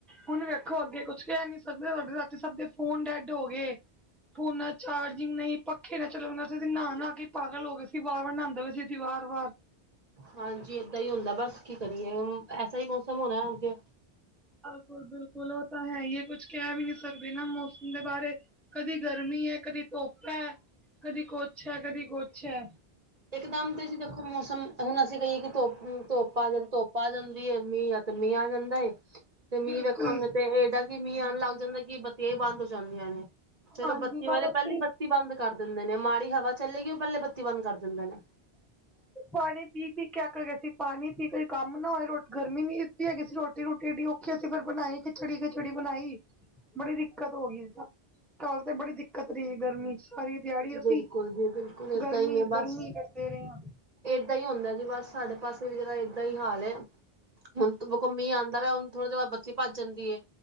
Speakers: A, in the centre; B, on the right.
A: ਹੁਣ ਵੇਖੋ ਅੱਗੇ ਕੁ ਕੁਛ ਕਹਿ ਨੀ ਸਕਦੇ ਸਾਡੇ ਸਭ ਦੇ ਫੋਨ ਡੈੱਡ ਹੋ ਗਏ। ਫੋਨਾ ਚਾਰਜਿੰਗ ਨਹੀਂ, ਪੱਖੇ ਨਾ ਚੱਲਣ ਅਸੀ ਤਾਂ ਨਹਾ- ਨਹਾ ਕੇ ਪਾਗਲ ਹੋ ਗਏ ਸੀ ਵਾਰ-ਵਾਰ ਨਹਾਉਂਦੇ ਪਏ ਸੀ ਅਸੀਂ ਵਾਰ- ਵਾਰ।
B: ਹਾਂਜੀ ਏਦਾਂ ਹੀ ਹੁੰਦਾ ਬਸ ਕੀ ਕਰੀਏ ਐਸਾ ਹੀ ਮੌਸਮ ਹੋਣਾ ਅੱਗੇ।
A: ਬਿਲਕੁਲ ਬਿਲਕੁਲ ਉਹ ਤਾਂ ਹੈ ਹੀ ਕੁਛ ਕਹਿ ਵੀ ਨਹੀਂ ਸਕਦੇ ਨਾ ਮੌਸਮ ਦੇ ਬਾਰੇ। ਕਦੀ ਗਰਮੀ ਹੈ ਕਦੀ ਧੋਪ ਹੈ ਕਦੀ ਕੁੱਛ ਹੈ ਕਦੀ ਕੁੱਛ ਹੈ।
B: ਇਕਦਮ ਤੇ ਤੁਸੀਂ ਦੇਖੋ ਮੌਸਮ ਹੁਣ ਅਸੀਂ ਕਹੀਏ ਕਿ ਧੋਪ ਧੋਪਾ ਜ ਧੋਪ ਆ ਜਾਂਦੀ ਹੈ ਮੀਹ ਆਂਦਾ ਮੀਂਹ ਆ ਜਾਂਦਾ ਏ। ਤੇ ਮੀਂਹ
A: ਬਿਲਕੁਲ
B: ਰੱਖਾਂਗੇ ਤੇ ਏਡਾਂ ਕਿ ਮੀਂਹ ਆਉਣ ਲੱਗ ਜਾਂਦਾ ਕਿ ਬੱਤੀਆਂ ਹੀ ਬੰਦ ਹੋ ਜਾਂਦੀਆਂ ਨੇ। ਚਲੋ
A: ਹਾਂਜੀ
B: ਬੱਤੀ ਵਾਲੇ
A: ਕੱਲ
B: ਪਹਿਲੇ
A: ਅਸੀਂ
B: ਬੱਤੀ ਬੰਦ ਕਰ ਦਿੰਦੇ ਨੇ ਮਾੜੀ ਹਵਾ ਚੱਲੇਗੀ ਉਹ ਪਹਿਲੇ ਬੱਤੀ ਬੰਦ ਕਰ ਦਿੰਦੇ ਨੇ।
A: ਪਾਣੀ ਪੀ- ਪੀ ਕੇ ਅੱਕ ਗਏ ਸੀ ਪਾਣੀ ਪੀ ਕੋਈ ਕੰਮ ਨਾ ਹੋਵੇਂ ਗਰਮੀ ਇਹਨੀਂ ਸੀ ਕਿ ਰੋਟੀ ਰੋਟੀ-ਰੋਟੀ ਔਖੀ ਫ਼ਿਰ ਬਣਾਈ ਖਿਚੜੀ-ਖਿਚੜੀ ਬਣਾਈ, ਬੜੀ ਦਿੱਕਤ ਹੋ ਗਈ, ਕਲ ਤੇ ਬੜੀ ਦਿੱਕਤ ਰਹੀ ਗਰਮੀ ਚ। ਸਾਰੀ ਦਿਹਾੜੀ ਅਸੀਂ,
B: ਬਿਲਕੁਲ ਜੀ ਬਿਲਕੁਲ ਏਦਾਂ
A: ਗਰਮੀ
B: ਹੀ ਏ
A: -ਗਰਮੀ
B: ਬਸ।
A: ਕਰਦੇ ਰਹੇ ਹਾਂ।
B: ਏਦਾਂ ਹੀ ਹੁੰਦਾ ਜੀ ਬਸ ਸਾਡੇ ਪਾਸੇ ਵੀ ਜਿਹੜਾ ਏਦਾਂ ਹੀ ਹਾਲ ਹੈ। ਹੁਣ ਮੀਂਹ ਆਂਉਦਾ ਵਾ ਹੁਣ ਥੋੜੀ ਦੇਰ ਬਤੀ ਭੱਜ ਜਾਂਦੀ ਹੈ।